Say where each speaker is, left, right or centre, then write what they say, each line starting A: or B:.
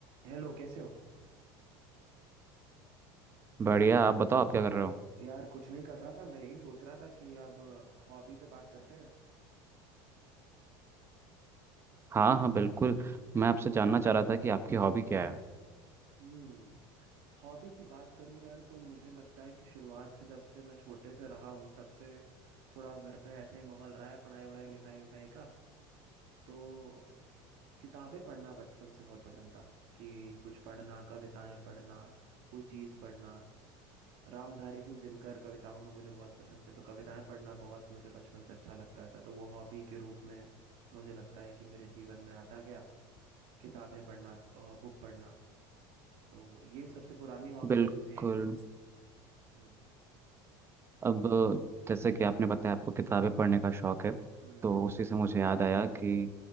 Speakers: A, on the right; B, on the right.
A: Hello कैसे हो
B: बढ़िया आप बताओ आप क्या कर रहे हो
A: यार कुछ नहीं कर रहा था मैं यही सोच रहा था कि अब हॉबी पे बात करते हैं
B: हाँ हाँ बिल्कुल मैं आपसे जानना चाह रहा था कि आपकी हॉबी क्या है
A: हम्म हॉबी की बात करूं यार तो मुझे लगता है कि शुरुआत से जब से मैं छोटे से रहा हूं तब से थोड़ा घर पे ऐसा ही माहौल रहा है पढ़ाई वढ़ाई लिखाई विखाई का तो किताबें पढ़ना बचपन से बहुत पसंद था कि कुछ पढ़ना कविताएं पढ़ना कोई चीज़ पढ़ना रामधारी सिंह दिनकर कविताओं में मुझे बहुत पसंद थे तो कविताएं पढ़ना बहुत मुझे बचपन से अच्छा लगता था तो वो हॉबी के रूप में मुझे लगता है कि मेरे जीवन में आता गया किताबें पढ़ना बुक पढ़ना तो ये सबसे पुरानी हॉबीज
B: बिल्कुल
A: में से एक है हम्म
B: अब जैसे कि आपने बताया आपको किताबें पढ़ने का शौक है
A: हम्म
B: तो उसी से मुझे याद आया कि